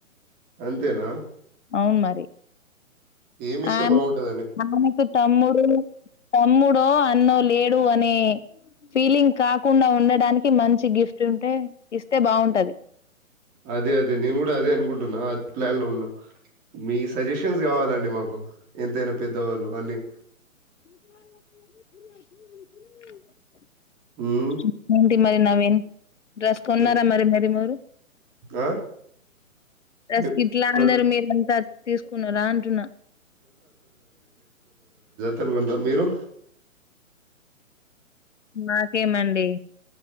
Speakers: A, on the right (about 20°); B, on the left (about 60°).
A: అంతేనా
B: అవును మరి
A: ఏమి సే
B: ఆమె
A: బాగుంటదండి
B: ఆమెకు తమ్ముడు తమ్ముడో అన్నో లేడు అనే ఫీలింగ్ కాకుండా, ఉండడానికి మంచి గిఫ్ట్ ఉంటే ఇస్తే బావుంటది.
A: అదే అదే నేను గుడా అదే అనుకుంటున్నా అద్ ప్లాన్ లో ఉన్నా మీ సజెషన్స్ కావాలండి మాకు, ఎంతైనా పెద్దవాళ్ళు అన్ని.
B: <unintelligible>
A: హ్మ్.
B: ఏంటి మరి నవీన్ డ్రెస్ కొన్నారా
A: చెప్
B: మరి మరి మీరు
A: ఆ!
B: డ్రెస్
A: మి
B: గి ట్లా
A: కొన్
B: అందరు మీరంతా తీసుకున్నారా అంటున్న
A: తెలుగోళ్ళ మీరు
B: మాకేమండి